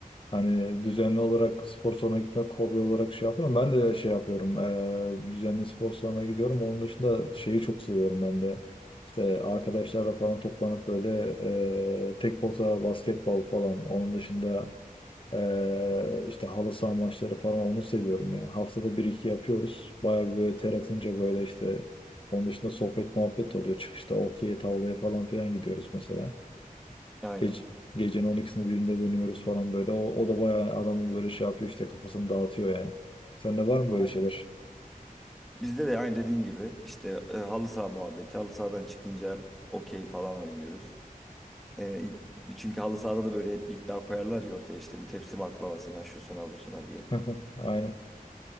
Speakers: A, on the left (about 35°); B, in the centre.
A: hani düzenli olarak spor salonuna gitmek hobi olarak şey yapıyorum. Ben de şey yapıyorum. eee, düzenli spor salonuna gidiyorum. Onun dışında şeyi çok seviyorum ben de. İşte arkadaşlarla falan toplanıp böyle eee tek pota basketbol falan. Onun dışında Ee, işte halı saha maçları falan onu seviyorum yani. Haftada bir iki yapıyoruz. Bayağı bir böyle ter atınca böyle işte onun dışında sohbet muhabbet de oluyor. Çıkışta okey tavlaya falan filan gidiyoruz mesela.
B: Aynen.
A: Gece, gecenin on ikisinde birinde dönüyoruz falan böyle. O, o da bayağı adamın böyle şey yapıyor işte kafasını dağıtıyor yani. Sende var mı
B: Aynen.
A: böyle şeyler?
B: Bizde de aynı dediğin gibi işte e, halı saha muhabbeti. Halı sahadan çıkınca okey falan oynuyoruz. E, çünkü halı sahada da böyle hep bir iddia koyarlar ya ortaya işte bir tepsi baklavasına, şusuna, busuna diye.
A: <laughs> Aynen.